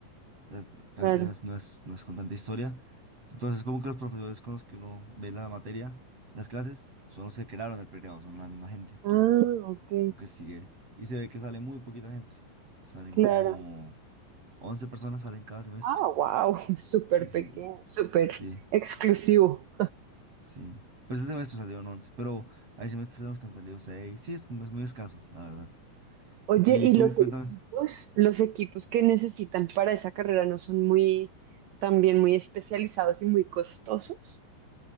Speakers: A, on the right (about 40°); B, on the right (about 75°).
A: O sea, es- realmente
B: Claro.
A: no es, no es, no es con tanta historia. Entonces, como que los profesores con los que uno ve la materia, las clases, son los que crearon el pregrado, son la misma gente. Entonces,
B: Ah, ok.
A: como que sigue. Y se ve que sale muy poquita gente. Salen
B: Claro.
A: como 11 personas salen cada semestre.
B: Ah, wow. <laughs> Súper
A: Sí, sí,
B: pequeño, súper
A: sí.
B: exclusivo.
A: Sí. Pues este semestre salieron 11, pero hay semestres en los que han salido seis, Sí, es, es muy escaso, la verdad.
B: Oye,
A: ¿Y
B: ¿y
A: tú,
B: los
A: cuéntame?
B: equipos? Los equipos que necesitan para esa carrera no son muy, también muy especializados y muy costosos.